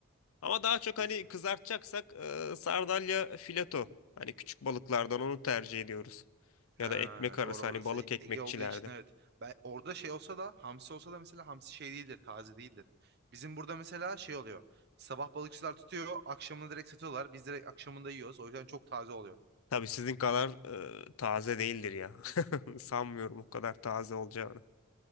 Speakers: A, on the left (about 85°); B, on the right (about 50°).
A: Ama daha çok hani
B: Ezgi.
A: kızartacaksak e, sardalya fileto. Hani küçük balıklardan onu tercih ediyoruz.
B: Ha,
A: Ya da ekmek arası
B: doğru orası
A: hani balık
B: E-
A: ekmekçilerde.
B: Ege olduğu için evet. Ben orada şey olsa da hamsi olsa da mesela hamsi şey değildir, taze değildir. Bizim burada mesela şey oluyor. Sabah balıkçılar tutuyor, akşamını direkt satıyorlar. Biz direkt akşamında yiyoruz. O yüzden çok taze oluyor.
A: Tabii sizin kadar e, taze değildir ya.
B: Evet.
A: <laughs> Sanmıyorum o kadar taze olacağını.